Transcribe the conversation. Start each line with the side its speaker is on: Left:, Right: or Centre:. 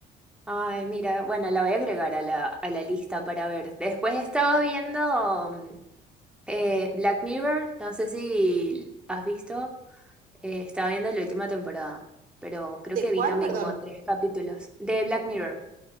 Centre: Ay, mira, bueno, la voy a agregar a la, a la lista para ver. Después estaba viendo mm, eh, Black Mirror, no sé si has visto, Eh, estaba viendo la última temporada, pero creo
Right: ¿De
Centre: que
Right: cuál?
Centre: vi también
Right: Perdón.
Centre: como tres capítulos de Black Mirror.